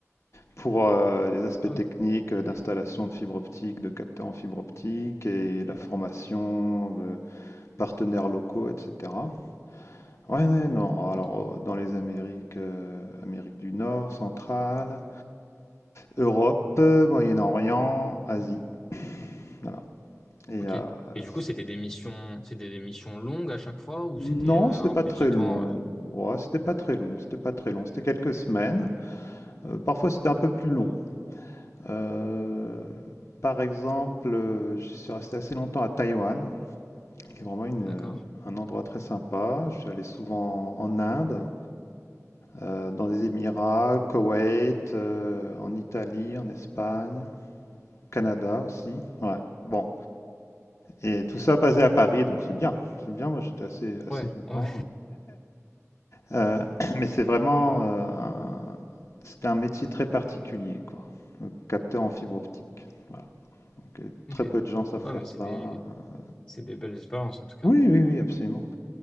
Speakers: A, on the left (about 65°); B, on the left (about 30°).
A: pour euh, les aspects
B: Ah
A: techniques
B: oui.
A: euh, d'installation de fibre optique, de capteurs en fibre optique et la formation de partenaires locaux, etc. Ouais, ouais, non. Alors,
B: Ok.
A: euh, dans les Amériques, euh, Amérique du Nord, centrale, Europe, euh, Moyen-Orient, Asie, voilà. Et
B: Ok.
A: euh,
B: Et du
A: c-
B: coup, c'était des missions, c'était des missions longues à chaque fois ou
A: non,
B: c'était euh,
A: c'était
B: un
A: pas
B: petit
A: très long.
B: temps. euh,
A: Ouais, c'était pas très long. C'était pas très long. C'était quelques semaines. Euh, parfois, c'était un peu plus long. Euh, par exemple, euh, je suis resté assez longtemps à Taïwan, qui est vraiment une, euh,
B: D'accord.
A: un endroit très sympa. Je suis allé souvent en Inde. euh, dans les Émirats, Koweït, euh, en Italie, en Espagne, Canada aussi. Ouais. Bon, et tout ça basé à Paris, donc c'est bien. C'est bien, moi j'étais assez, assez
B: Ouais,
A: content.
B: ouais,
A: Euh, <clears throat> mais c'est vraiment euh, un, c'était un métier très particulier, quoi. Le capteur en fibre optique. Voilà. Donc,
B: <laughs>
A: euh, très
B: ok.
A: peu de gens savent
B: Ouais,
A: faire
B: mais c'est
A: ça.
B: des,
A: euh.
B: c'est des belles expériences en tout cas.
A: Oui, oui, oui, absolument.